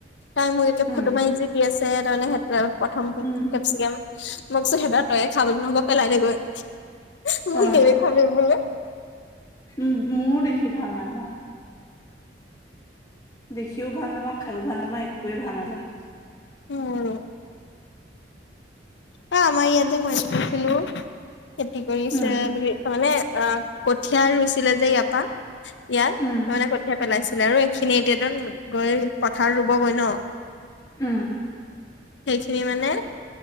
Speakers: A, on the left; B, on the left.
A: তাই মোক একে
B: উম
A: ফটো মাৰি আনিছে আছে তাৰমানে সেট প্ৰথম কেপচিকেম
B: উম
A: মই কৈছো সেইবিলাক তইয়ে খা গৈ নহলে বা পেলাই দেগৈ মোক
B: অ
A: নেদেখুৱাবি বোলো
B: উম মও দেখি ভাল নাপায়। দেখিও ভাল নাপাওঁ খায়ো ভাল নাপাওঁ একোৱেই ভাল নালাগে।
A: মোৰো এ আমাৰ ইয়াত যে মাৰি থৈছিলো খেতি কৰিছে
B: উম
A: বুলি তাৰ মানে আ- কঠীয়া ৰুইছিলে যে ইয়াৰ পা ইয়াত
B: উম
A: তাৰমানে কঠীয়া পেলাইছিলে আৰু এইখিনি এতিয়া ত গৈ পথাৰত ৰুব গৈ ন,
B: উম
A: সেইখিনি মানে